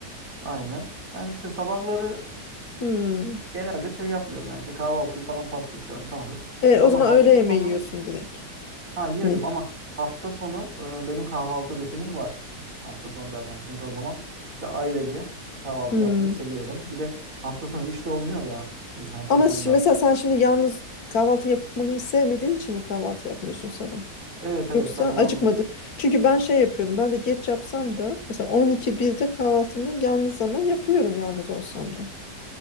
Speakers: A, on the right (about 50°); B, on the left (about 60°).
A: Aynen. Yani işte sabahları e,
B: Hmm.
A: genelde şey yapmıyorum yani işte kahvaltıyı falan pas geçiyorum kahve.
B: E,
A: Ama
B: o zaman
A: hafta
B: öğle yemeği
A: sonu
B: yiyorsun direkt
A: Ha yerim
B: mi?
A: ama hafta sonu e, benim kahvaltı rutinim var. Hafta sonu dersen çünkü o zaman işte ailece kahvaltı
B: Hmm.
A: yapmayı seviyorum. Bir de hafta sonu işte olmuyor ya. Biz hafta
B: Ama
A: sonunda.
B: şi- mesela sen şimdi yalnız kahvaltı yapmayı sevmediğin için mi kahvaltı yapmıyorsun sabah?
A: Evet evet
B: Yoksa
A: ben yalnız
B: acıkmadı. Çünkü ben şey yapıyordum. Ben de geç yapsam da mesela 12-1'de kahvaltımı yalnız ama yapıyorum yalnız olsam da.